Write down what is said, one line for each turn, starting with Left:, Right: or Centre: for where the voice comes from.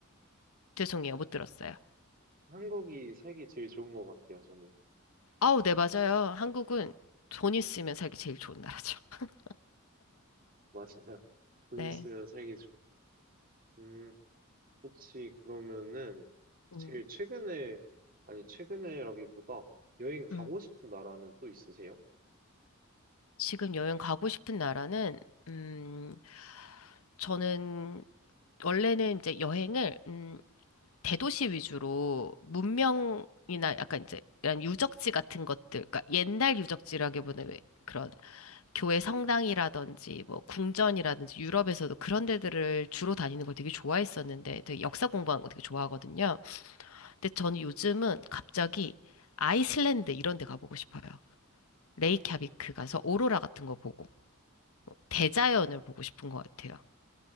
Left: 죄송해요, 못 들었어요.
Right: 한국이 살기 제일 좋은 것 같아요, 저는.
Left: 아우, 네, 맞아요. 한국은 돈 있으면 살기 제일 좋은 나라죠. <laughs>
Right: <laughs> 맞아요. 돈
Left: 네.
Right: 있으면 살기 좋. 음, 혹시 그러면은 제일
Left: 음,
Right: 최근에, 아니, 최근에라기보다 여행 가고
Left: 음.
Right: 싶은 나라는 또 있으세요?
Left: 지금 여행 가고 싶은 나라는, 음, 저는 원래는 이제 여행을, 음, 대도시 위주로 문명이나 약간 이제 이런 유적지 같은 것들, 그러니까 옛날 유적지라기보다는 왜 그런 교회 성당이라든지 뭐 궁전이라든지 유럽에서도 그런 데들을 주로 다니는 걸 되게 좋아했었는데 되게 역사 공부하는 거 되게 좋아하거든요. 근데 저는 요즘은 갑자기 아이슬란드 이런 데 가보고 싶어요. 레이캬비크 가서
Right: 어,
Left: 오로라 같은 거 보고 대자연을 보고 싶은 것 같아요.